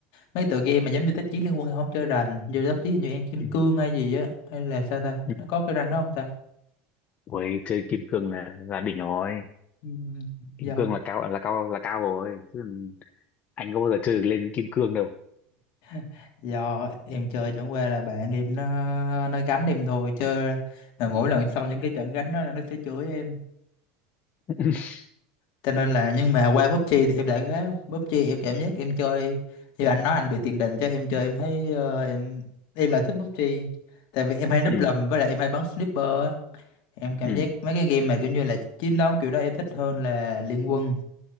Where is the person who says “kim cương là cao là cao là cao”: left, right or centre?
Left